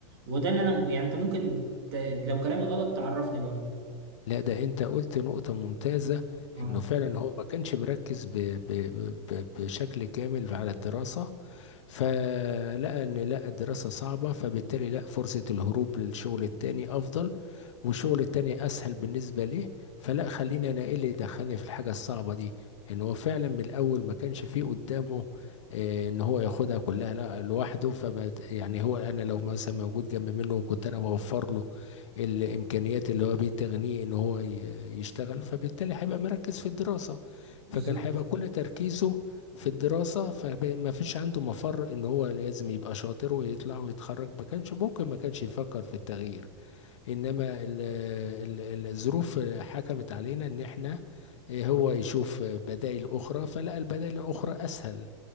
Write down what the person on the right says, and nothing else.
وده اللي انا يعني انت ممكن ت... لو كلامي غلط تعرفني برضه
اه
بالظبط